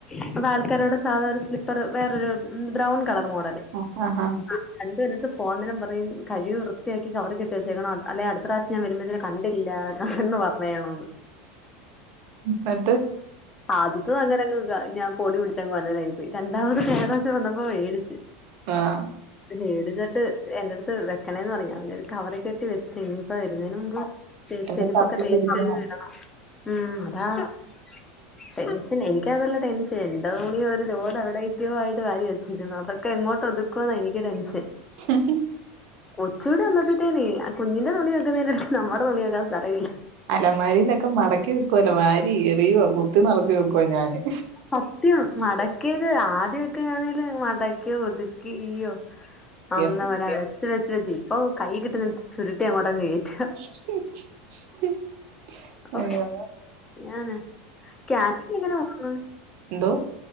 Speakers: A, on the left (about 20°); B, on the right (about 55°).
A: ഇവടെ ആൾക്കാര്ട സാധാ ഒരു സ്ലിപ്പറ് വേറൊരു ബ്രൗൺ കളർ മോഡല്
B: അ ഹ ഹ
A: അഹ്‌ രണ്ടും എന്റെട്ത്ത് പോന്നരം പറയും കഴുകി വൃത്തിയാക്കി കവറി കെട്ടി വെച്ചേക്കണം അല്ലെ അടുത്ത പ്രാവശ്യം ഞാൻ വെരുമ്പോത്തിന് കണ്ടില്ല കാണണംന്ന് പർ വേണൊന്ന്
B: എന്നിട്ട്
A: ആദ്യത്തതും അങ്ങനങ് ഞാൻ പൊടി പിടിച്ച് <unintelligible> പോയി രണ്ടാമത് കയ്ഞപ്രാശ്യം വന്നപ്പോ വേടിച്ച്
B: ആഹ്
A: ത് മേടിച്ച്ട്ട് എന്റെട്ത്ത് വെക്കണെന്ന് പർഞ്ഞു ഞാൻ പിന്നെ ഒരു കവറി കെട്ടി വെച്ച് പ്പ വെര്ന്നേന് മുമ്പ്
B: എന്നെ
A: ചെരുപ്പൊക്കെ
B: തപ്പി
A: തേച്ച്
B: പിടിക്കണം
A: കഴികിടണം ഉം അതാ <inaudible> പിന്നെ എനിക്കതല്ല ടെൻഷൻ എന്റെ തുണി ഒരു ലോഡ് എവിടേയ്ക്കോ ആയിട്ട്‌ വാരി വെച്ചിരിക്കുന്നു അത് ക്കെ എങ്ങോട്ടൊതുക്കുന്ന എനിക്ക് ടെൻഷൻ
B: ഉം ഉം
A: കൊച്ചൂടെ വന്നപ്പോത്തേനെ അ കുഞ്ഞിന്റെ തുണി വെക്കുന്നേന്റെടക്ക്‌ നമ്മടെ തുണി വെക്കാൻ സ്ഥലമില്ല
B: അലമാരിയിലൊക്കെ മടക്കി വെക്കുവല്ലോ വാരി എറിയോ കുത്തി നറച്ചു വെക്കുവാ ഞാന്
A: ഫസ്റ്റ് മടക്കിയത് ആദ്യ ക്കാണെങ്കിൽ മടക്കി ഒതുക്കി യ്യോ
B: സത്യം.
A: അ ഒന്നു ഇവരറിയാ ച്ച് വെച്ചാ തി ഓ കയ്യ് കിട്ടുന്നത് ചുരുട്ടി അങ്ങോട്ടങ്ങേറ്റ
B: <inaudible>
A: ഓ
B: അയ്യോ
A: ആന്ന് ക്യാമി എങ്ങനെ വന്ന് <unintelligible>
B: എന്തോ